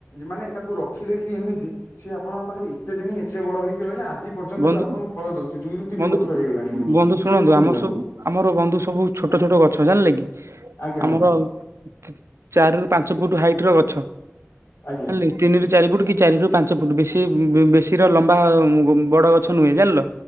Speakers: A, on the left (about 65°); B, on the right (about 70°).
A: ମାନେ ତାକୁ ର ଦେଖିଲେ କି ଏମିତି ସିଏ ଆପଣଙ୍କ ପାଖରେ ଏତେ ଦିନି ଏତେ ବଡ ହେଇକି ରହିଲା? ଯେ ପର୍ଯ୍ୟନ୍ତ
B: ବନ୍ଧୁ
A: ବି ଆପଣଙ୍କୁ ଫଳ ଦଉଛି ଦୁଇରୁ ତିନି
B: ବନ୍ଧୁ
A: ବର୍ଷ ହେଇଗଲାଣି ବନ୍ଧୁ
B: ଶୁଣନ୍ତୁ
A: ଏ କୁହନ୍ତୁ
B: ଆମର
A: ବନ୍ଧୁ?
B: ସବୁ ଆମର ବନ୍ଧୁ ସବୁ ଛୋଟ ଛୋଟ ଗଛ ଜାଣିଲେ କି
A: ଆଜ୍ଞା
B: ଆମର
A: ବନ୍ଧୁ
B: ଚା ଚାରିରୁ ପାଞ୍ଚ ଫୁଟ ହାଇ ଟିର ଗଛ
A: ଆଜ୍ଞା
B: ଜାଣିଲେ କି ତିନି ଚାରି ଫୁଟ କି ଚାରି ରୁ ପାଞ୍ଚ ଫୁଟ ବେଶୀ ବେଶୀ ର ଲମ୍ବା ଅ ବଡ ଗଛ ନୁହେଁ ଜାଣିଲ।